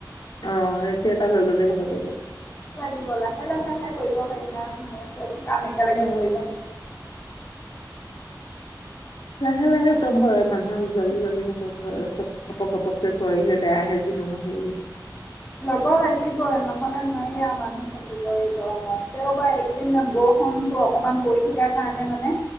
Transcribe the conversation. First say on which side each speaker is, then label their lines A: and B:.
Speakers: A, on the left; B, on the left.
A: অহ, এ চি এটা লই ললেও হল হৈ ।
B: লাগিব লাহে- লাহে হে কৰিব পাৰিম আৰু কাম একেলগে
A: অ
B: কৰিব।
A: লাহে-লাহে চব হয় মানুহক জল্ডি - জল্ডি নকৰিলো হয় চব ঘপক ঘপককে কৰিলে বেয়াহে যিকোনো হেৰি।
B: লব লাগিব নহলে নোৱাৰি মানুহ থাকিব এই গৰমত । তেওবা এইকেইদিন বৰষুণতটো অকনমান পৰি থকাৰ কাৰণে মানে